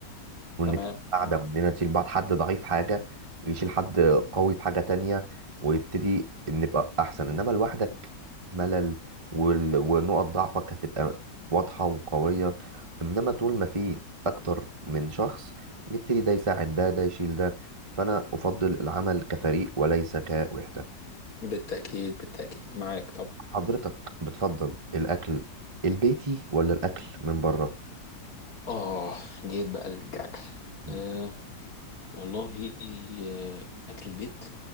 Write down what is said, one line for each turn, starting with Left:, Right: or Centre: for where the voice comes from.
Left: <laughs>
Right: وان
Left: تمام
Right: في قاعده
Left: تمام
Right: واننا نشيل بعض حد ضعيف في حاجه ويشيل حد قوي في حاجه تانية ويبتدي نبقى احسن انما لوحدك ملل وال- ونقط ضعفك هتبقى واضحه وقويه انما طول ما في اكتر من شخص نبتدي ده يساعد ده ده يشيل ده فانا افضل العمل كفريق وليس كوحده
Left: بالتأكيد بالتأكيد معاك طبعا
Right: حضرتك بتفضل الاكل البيتي ولا الاكل من بره
Left: آه جيت بقى للجرح
Right: مم.
Left: آه، والله آه، أكل البيت